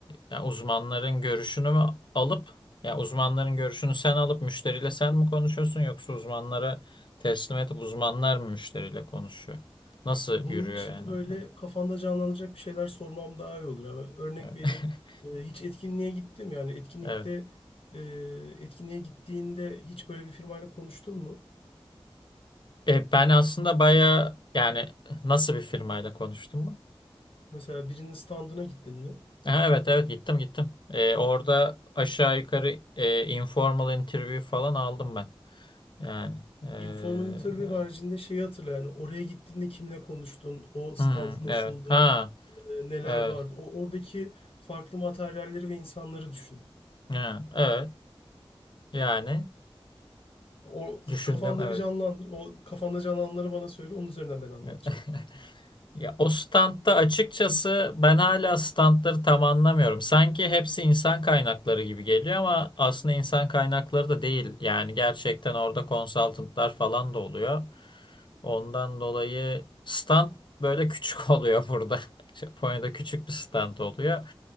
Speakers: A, on the left; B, on the left.
A: yani uzmanların görüşünü mü alıp ya uzmanların görüşünü sen alıp müşteriyle sen mi konuşuyorsun yoksa uzmanlara teslim edip uzmanlar mı müşteriyle konuşuyor? Nasıl
B: Bunun
A: yürüyor
B: için
A: yani?
B: böyle
A: o?
B: kafanda canlanacak bir şeyler sormam daha iyi olur. Yani örnek
A: Evet.
B: vereyim.
A: <laughs>
B: E, hiç etkinliğe gittim yani etkinlikte
A: Evet.
B: e, etkinliğe gittiğinde hiç böyle bir firmayla konuştun mu?
A: E, ben aslında baya yani nasıl bir firmayla konuştum mu?
B: Mesela birinin standına gittin mi?
A: Ha, evet evet gittim gittim. E, orada aşağı yukarı e, informal interview falan aldım ben. Yani e, e,
B: Informal interview haricinde şeyi hatırla yani oraya gittiğinde kimle konuştun? O stand
A: hmm,
B: nasıldı?
A: evet ha
B: e, neler
A: evet.
B: vardı. O oradaki farklı materyalleri ve insanları düşün.
A: Ha, evet. Yani
B: O
A: düşündüm
B: kafanda
A: evet.
B: bir canlandır. O kafanda canlananları bana söyle. Onun üzerinden ben anlatacağım.
A: Evet. <laughs> Ya o standta açıkçası ben hala standları tam anlamıyorum. Sanki hepsi insan kaynakları gibi geliyor ama aslında insan kaynakları da değil. Yani gerçekten orada consultantlar falan da oluyor. Ondan dolayı stand böyle küçük <laughs> oluyor burada. Japonya'da küçük bir stand oluyor.